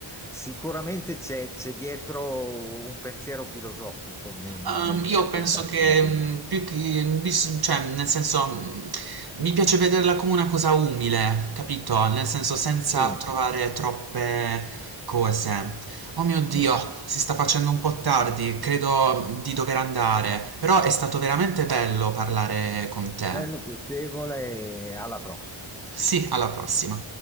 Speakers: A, in the centre; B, on the right (about 50°).
A: sicuramente c'è c'è dietro un pensiero filosofico ne-
B: Ehm,
A: nel fare
B: io penso
A: questa azione.
B: che mh, più che mm, bis- cioè, nel senso, mh, mi piace vederla come una cosa umile, capito? Nel senso, senza
A: Sì.
B: trovare troppe cose. Oh mio Dio,
A: Mm.
B: si sta facendo un po' tardi, credo di dover andare, però è stato veramente bello parlare con te.
A: Bello, piacevole e alla prossima.
B: Sì, alla prossima.